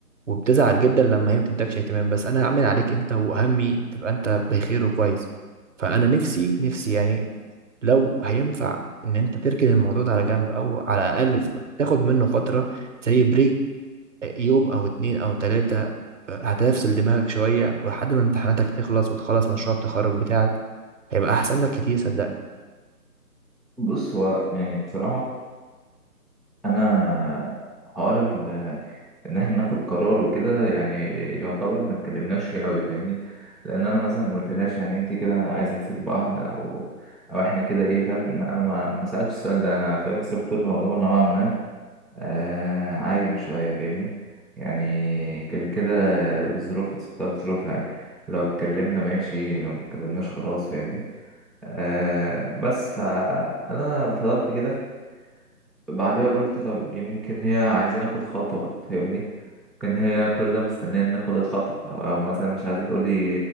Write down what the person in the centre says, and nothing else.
بص هو يعني بصراحة أنا حوار ال- ان احنا ناخد قرار وكده يعني يعتبر ما اتكلمناش فيه قوي فاهمني لان انا مثلا ما قلتلهاش يعني انت كده عايزه نسيب بعض او او احنا كده ايه فاهم انا ما ما سالتش السؤال ده انا فاهم سبت الموضوع نوعا ما آه عايم شويه فاهمني يعني كان كده بظروفها سبتها بظروفها يعني لو اتكلمنا ماشي لو ما اتكلمناش خلاص فاهمني آه بس فانا فضلت كده بعدها قلت طب يمكن هي عايزين اخد خطوه فاهمني كان هي كل ده مستنيه ان اخد الخطوه او أو مثلا مش عايزه تقولي